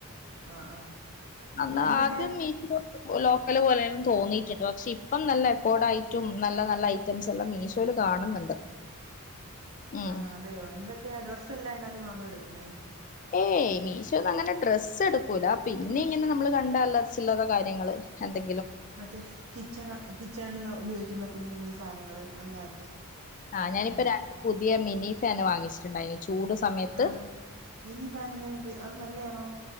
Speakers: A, on the right (about 80°); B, on the left (about 35°).
A: ആഹ് ആഹ്
B: അന്നാ
A: എന്തൊക്കെയാ
B: ആദ്യം മീശോ ലോക്കല് പോലെല്ലും തോന്നിയിട്ടുണ്ട് പക്ഷെ ഇപ്പം നല്ല എഫോർഡ് ആയിട്ടും നല്ല നല്ല ഐറ്റംസ് എല്ലാം മീഷോൽ കാണുന്നുണ്ട് ഉം
A: ആഹ് അതെയോ എന്തൊക്കെയാ അഡ്രസ്സ് എല്ല അതിനകത്ത്ന്ന എടുക്കുന്നേ
B: ഏയ് മീശോന്ന് അങ്ങനെ ഡ്രസ്സ് എടുക്കൂല പിന്നെ ഇങ്ങനെ നമ്മള് കണ്ട അല്ലറ ചില്ലറ കാര്യങ്ങ എന്തൊ
A: മറ്റേ കിച്ചണ് കിച്ചണില ഉപയോഗിക്കുന്ന കുഞ്ഞു കുഞ്ഞു സാധനങ്ങൾ അങ്ങനെയൊക്കെ
B: ആഹ ഞാനിപ്പോ
A: ആഹ്
B: രണ്ട് പുതിയ മിനി ഫാന് വാങ്ങിച്ചിട്ടുണ്ടായിന് ചൂട് സമയത്ത്
A: ആഹ് മിനി ഫാൻ എങ്ങനെ അത് നല്ലതാണോ